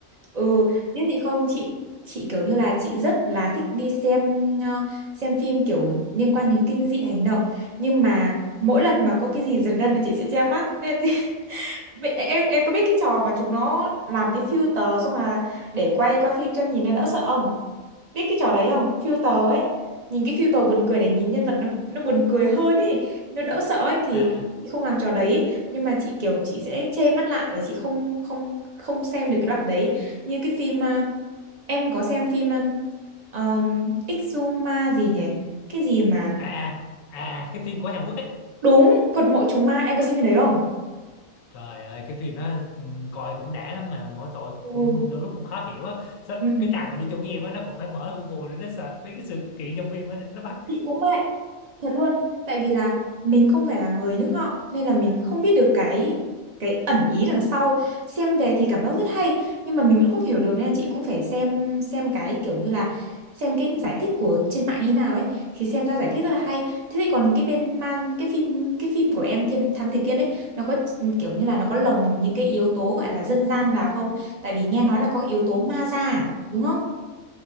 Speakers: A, on the right; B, on the left.
A: Ừ, biết gì không chị? Chị kiểu như là chị rất là thích đi xem ờ, xem phim kiểu liên quan đến kinh dị hành động, nhưng mà mỗi lần mà có cái gì giật gân là chị sẽ che mắt. Nên <laughs> chị- em em có biết cái trò mà chúng nó làm cái filter xong là để quay qua phim cho nhìn nó đỡ sợ không? biết cái trò đấy không filter ấy nhìn cái filter buồn cười để nhìn nhân vật nó nó buồn cười hơn ấy nó đỡ sợ ấy thì
B: à
A: chị không làm trò đấy nhưng mà chị kiểu chị sẽ che mắt lại và chị không không không xem được cái đoạn đấy như cái phim à, em có xem phim um, um, Exuma gì nhỉ cái gì mà
B: à à à, cái phim của Hàn Quốc ấy
A: đúng quật mộ trùng ma em có xem phim đấy không
B: trời ơi cái phim đó ừm, coi cũng đã lắm mà mỗi tội
A: ừ.
B: cũng đôi lúc cũng khó hiểu á Sao-
A: Ừ.
B: cái thằng mà đi chung với em á nó còn phải mở Google để nó search mấy cái sự kiện trong phim á để nó bắt
A: chị cũng vậy Thật luôn, tại vì là mình không phải là người nước họ nên là mình không biết được cái cái ẩn ý đằng sau. Xem về thì cảm giác rất hay nhưng mà mình vẫn không hiểu được nên là chị cũng phải xem xem cái kiểu như là xem cái giải thích của trên mạng như nào ấy thì xem ra giải thích rất là hay. Thế thì còn cái bên ma cái phim cái phim của em Thiếm Thám Tử Kiên ấy nó có kiểu như là nó có lồng những cái yếu tố gọi là dân gian vào không? Tại vì nghe nói là có cái yếu tố ma da à, đúng không?